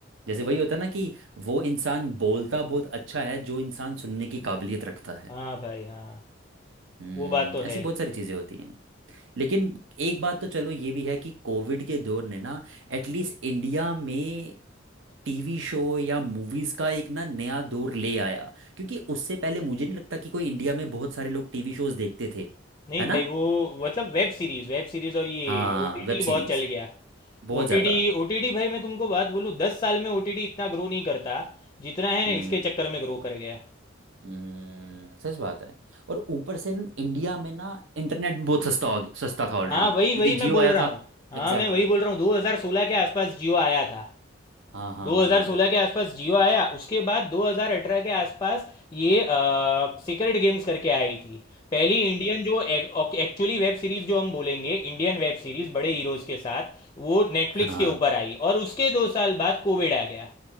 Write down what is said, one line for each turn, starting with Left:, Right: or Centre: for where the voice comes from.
Right: जैसे वही होता है ना कि वो इंसान बोलता बहुत अच्छा है जो इंसान सुनने की काबिलियत रखता है
Left: हाँ भाई हाँ
Right: हम्म
Left: वो बात तो
Right: ऐसी
Left: है
Right: बहुत सारी चीज़ें होती हैं लेकिन एक बात तो चलो ये भी है कि कोविड के दौर ने ना एटलीस्ट इंडिया में टीवी शो या मूवीज़ का एक ना नया दौर ले आया क्योंकि उससे पहले मुझे नहीं लगता कि कोई इंडिया में बहुत सारे लोग टीवी शोज़ देखते थे
Left: नहीं
Right: है
Left: भाई
Right: ना
Left: वो मतलब वेब सीरीज वेब सीरीज और ये
Right: हाँ
Left: ओटीटी
Right: वेब सीरीज़
Left: बहुत चल गया
Right: बहुत
Left: ओटीटी
Right: ज़्यादा
Left: ओटीटी भाई मैं तुमको बात बोलूँ दस साल में ओटीटी इतना ग्रो नहीं करता जितना है ना
Right: हम्म
Left: इसके चक्कर में ग्रो कर गया
Right: हम्म, सच बात है और ऊपर से न, इंडिया में ना इंटरनेट भी बहुत सस्ता हो गया- सस्ता था ऑलरेडी
Left: हाँ वही
Right: क्योंकि
Left: वही
Right: जियो
Left: मैं बोल
Right: आया
Left: रहा
Right: था
Left: हूँ हाँ
Right: Exactly
Left: मैं वही
Right: exactly.
Left: बोल रहा हूँ 2016 के आसपास जियो आया था
Right: हाँ हाँ
Left: 2016
Right: हाँ हाँ
Left: के आसपास जियो आया उसके बाद 2018 के आसपास ये सीक्रेट गेम्स करके आई थी पहली इंडियन जो एक्चुअली वेब सीरीज जो हम बोलेंगे इंडियन वेब सीरीज बड़े हीरोज के साथ वो नेटफ्लिक्स
Right: हाँ हाँ
Left: के ऊपर आई और उसके दो साल बाद कोविड आ गया